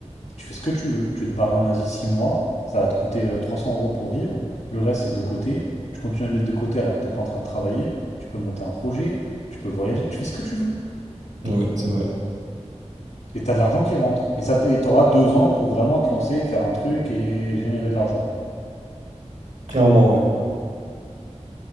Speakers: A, on the left; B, on the right.
A: Tu fais ce que tu veux. Tu veux te barrer en Asie six mois, ça va te coûter euh, 300 euros pour vivre. Le reste, c'est de côté. Tu continues à le mettre de côté alors que t'es pas en train de travailler. Tu peux monter un projet, tu peux voyager, tu fais ce que tu veux.
B: Ouais, c'est vrai.
A: Et t'as de l'argent qui rentre. Et ça, t- et t'auras deux ans pour vraiment te lancer, faire un truc et générer de l'argent.
B: Clairement, ouais.